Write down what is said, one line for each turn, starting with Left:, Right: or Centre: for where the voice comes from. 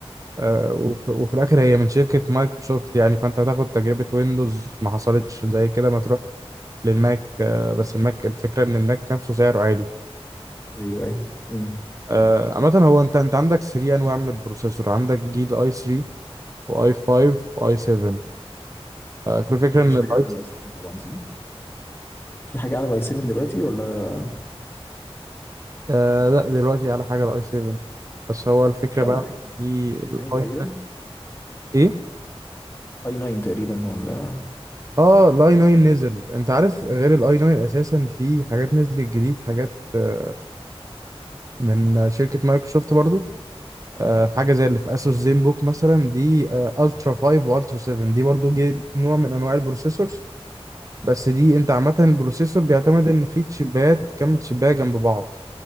Right: آه، وف- وفي الآخر هي من شركة مايكروسوفت يعني فأنت هتاخد تجربة ويندوز ما حصلتش زي كده ما تروح للماك آه، بس الماك الفكرة إن الماك نفسه سعره عالي
Left: ايوه ايوه امم
Right: آه، عامة هو أنت أنت عندك 3 أنواع من البروسيسور عندك جيل أي 3 وأي 5 وأي 7 كل فكرة
Left: مفيش
Right: إن الأي
Left: حاجه اعلى من اي 7 طبعا صح في حاجه اعلى من اي 7 دلوقتي ولا
Right: آه لا دلوقتي على حاجة الاي 7 بس هو الفكرة
Left: في
Right: بقى
Left: اي 9
Right: في
Left: اي
Right: الاي
Left: 9 تقريبا
Right: ايه
Left: اي 9 تقريبا ولا
Right: اه الاي 9 نزل انت عارف غير الاي 9 اساسا في حاجات نزلت جديد حاجات آه، من شركة مايكروسوفت برضو آه، حاجة زي اللي في اسوس زين بوك مثلا دي الترا 5 والترا 7 دي برضو جي نوع من انواع البروسيسورز بس دي انت عامة البروسيسور بيعتمد ان في تشيبات كم تشيبايه جنب بعض